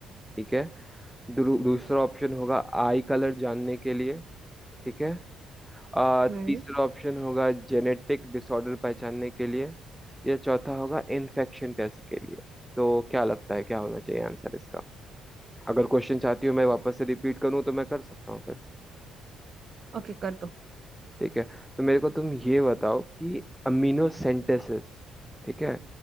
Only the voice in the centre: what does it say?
ठीक है दूर- दूसरा ऑप्शन होगा आई कलर जानने के लिए ठीक है अ,
तीसरा ऑप्शन होगा जेनेटिक डिसऑर्डर पहचानने के लिए या चौथा होगा इन्फेक्शन टेस्ट के लिए तो क्या लगता है क्या होना चाहिए आंसर इसका अगर क्वेश्चन चाहती हो मैं वापस से रिपीट करूँ तो मैं कर सकता हूँ फिर।
ठीक है तो मेरे को तुम ये बताओ कि अमीनो सेंटेसिस ठीक है